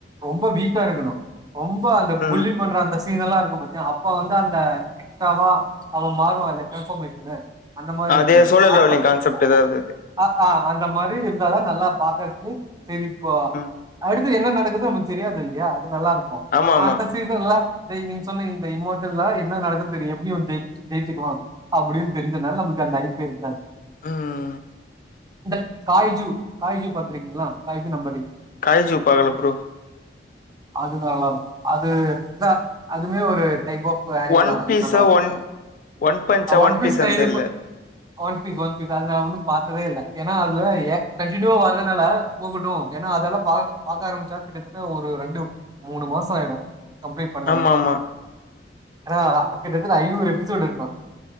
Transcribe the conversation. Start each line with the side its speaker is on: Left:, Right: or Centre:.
Right: ரொம்ப வீக்கா இருக்கணு ரொம்ப அந்த புள்ளி
Left: ம்
Right: பண்ற அந்த சீன் எல்லா இருக்கு பாத்தியா அப்ப வந்து அந்த எஸ்ட்ராவா அவ மாறுவால்ல டிரான்ஸ்ஃபர்மேஷனு அந்த மாரி
Left: அதே
Right: இருக்கணு
Left: சோலர்
Right: ஆ
Left: லெவலிங்
Right: ஹா
Left: கான்செப்ட்
Right: ஆ
Left: ஏதாவது
Right: ஆ
Left: அது
Right: அ ஆ அந்த மாரி இருந்தாதா நல்லா பாக்கறதுக்கு செய்திப்ப
Left: ம்
Right: அடுத்து என்ன நடக்குது நமக்கு தெரியாது இல்யா அது நல்லா இருக்கு
Left: ஆமா ஆமா
Right: மார்வெல்ஸ் சீசன்ல டேய் நீங்க சொன்ன இந்த இமோடலா என்ன நடக்குன் தெரியு எப்டி இவ ஜெ ஜெயிச்சிருவா அப்டின் தெரிஞ்சனால நமக்கு அந்த ஐப்பே இருக்காது
Left: ம்
Right: இந்த காய்ஜூ காய்ஜூ பாத்துருக்கீங்ளா காய்ஜூ நம்பறீங்
Left: காய்ஜூ பாக்கல ப்ரோ
Right: அது நல்லாருக்கு அது இதா அதுமே ஒரு டைப் ஆப் சோ அனிபெல்லா
Left: ஒன்
Right: அது
Left: பீஸா
Right: நல்லா இருக்கு
Left: ஒன் ஒன் பஞ்சா
Right: அ ஒன் பீஸ்
Left: பீஸான்னு
Right: தா இதுப்ப
Left: தெரியல
Right: ஒன் பீஸ் ஒன் பீஸ் அது நா ஒன்னு பாத்ததே இல்ல ஏன்னா அதுல எ கண்டினியூவா வர்றனால போகட்டு ஏனா அதெல்லா ப அதனால தா பாக்க ஆரம்பிச்சா கிட்டத்தட்ட ஒரு ரெண்டு மூணு மாசோ ஆயிடு கம்ப்ளீட் பண்ணாலே
Left: ஆமா ஆமா
Right: அதா அதா கிட்டத்தில ஐநூறு எபிசோட் இருக்கு